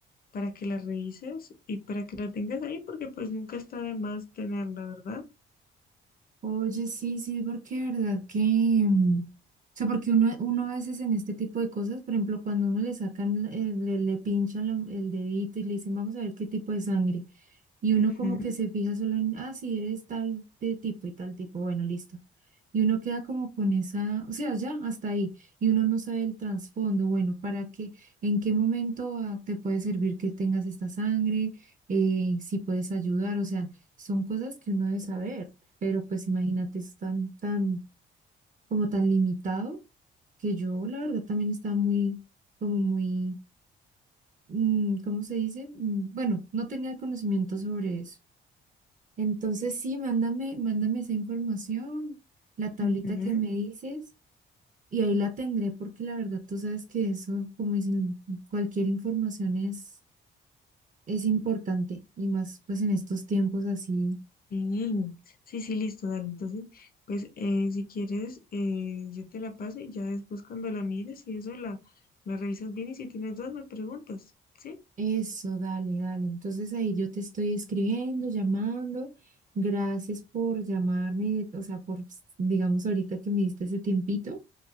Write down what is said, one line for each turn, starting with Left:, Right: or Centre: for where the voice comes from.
Left: para que la revises y para que la tengas ahí, porque pues nunca está de más tenerla, ¿verdad?
Right: Oye, sí, sí, porque de verdad que, mm, o sea, porque uno, uno a veces en este tipo de cosas, por ejemplo, cuando uno le sacan, el- le, le pinchan la- el dedito y le dicen, vamos a ver qué tipo de sangre. Y uno
Left: Ujú,
Right: como que se fija solo en, ah, sí, eres tal de tipo y tal tipo, bueno, listo. Y uno queda como con esa, o sea, ya hasta ahí. Y uno no sabe el trasfondo, bueno, para qué, en qué momento ah, te puede servir que tengas esta sangre, eh, si puedes ayudar, o sea, son cosas que uno debe saber. Pero pues imagínate, es tan, tan, como tan limitado que yo, la verdad, también estaba muy, como muy, mm, ¿cómo se dice? Mm, Bueno, no tenía el conocimiento sobre eso. Entonces sí, mándame, mándame esa información, la tablita
Left: ujú.
Right: que me dices, y ahí la tendré porque la verdad tú sabes que eso, como dicen, cualquier información es, es importante y más pues en estos tiempos así.
Left: Sí, sí, sí, listo, dale. Entonces, pues eh, si quieres, eh, yo te la paso y ya después cuando la mires y eso la, la revisas bien y si tienes dudas me preguntas, ¿sí?
Right: Eso, dale, dale. Entonces ahí yo te estoy escribiendo, llamando. Gracias por llamarme, y de- o sea, por, digamos, ahorita que me diste ese tiempito.